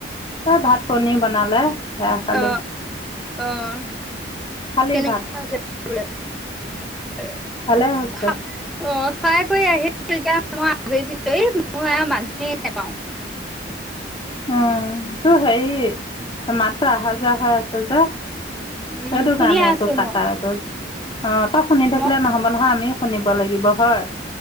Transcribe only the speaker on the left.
তাই ভাত পনীৰ বনালে সেয়া খালোঁ
খালি
ভাত
ভালে হৈছে
উম তো হেৰি মাতটো অহা যোৱা হৈ আছে যে
সেইটো
কাৰণেটো
কাটা
অক। অ তই শুনি থাকিলে
নহ'ব নহয় আমিও শুনিব লাগিব হয়।